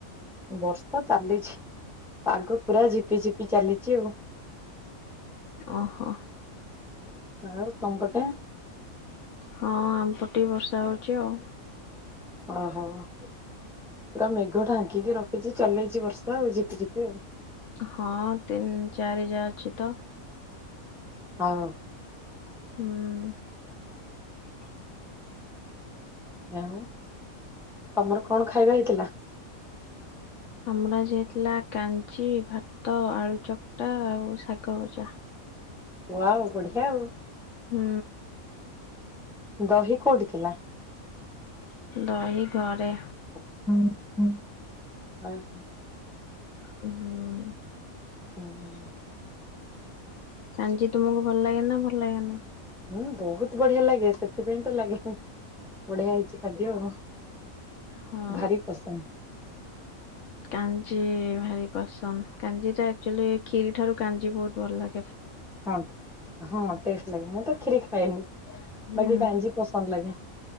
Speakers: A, in the centre; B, on the left (about 65°).
A: ବର୍ଷା ଚାଲିଚି ପାଗ ପୁରା ଝିପି ଝିପି ଚାଲିଚି ଆଉ।
B: ଓହୋ
A: ଆଉ ତମପଟେ।
B: ହଁ ଆମପଟେ ବି ବର୍ଷା ହଉଛି ଆଉ।
A: ଓ ହୋ ର ମେ ମେଘ ଢାଙ୍କିକି ରଖିଚି ଚଲେଇଛି ବର୍ଷା ଆଉ ଜିପି ଜିପି ଆଉ।
B: ହଁ ତିନି ଚାରି ଯା ଅଛି ତ।
A: ହଁ।
B: ହୁଁ।
A: ଆଉ ତମର କଣ ଖାଇବା ହେଇଥିଲା।
B: ଆମର ଆଜି ହେଇଥିଲା କାଞ୍ଚି ଭାତ ଆଳୁ ଚକଟା ଆଉ ଶାଗ ଭଜା।
A: ୱାଓ ବଢିଆ ଆଉ।
B: ହୁଁ।
A: ଦହି କୋଉଠି ଥିଲା।
B: ଦହି ଘରେ।
A: ହୁଁ ହୁଁ ଆ ହଁ।
B: ହୁଁ।
A: ହୁଁ।
B: କାଞ୍ଜି ତୁମକୁ ଭଲ ଲାଗେ ନା ଭଲ ଲାଗେନି?
A: ହୁଁ ବହୁତ ବଢିଆ ଲାଗେ ସେଥିପାଇଁ ତ ଲାଗେ ହିଁ ବଢିଆ ହେଇଛି ଖାଦ୍ୟ ଆଉ
B: ହଁ
A: ଭାରି ପସନ୍ଦ
B: କା ଞ୍ଜି ଭାରି ପସନ୍ଦ କାଞ୍ଜିଟା ଆକ୍ଚୁଲି କ୍ଷୀରି ଠାରୁ କାଞ୍ଜି ବହୁତ ଭଲ ଲା
A: ହଁ ହଁ ଟେଷ୍ଟ ଲାଗେ ମୁଁ ତ କ୍ଷିରି ଖାଏନି
B: ହୁଁ
A: ବାକି କାଞ୍ଜି ପସନ୍ଦ ଲାଗେ।